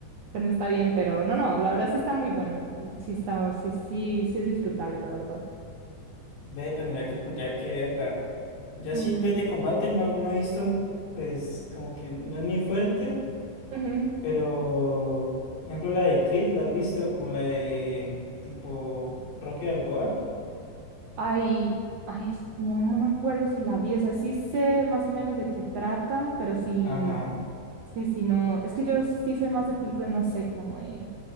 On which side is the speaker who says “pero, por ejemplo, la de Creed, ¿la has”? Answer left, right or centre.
Left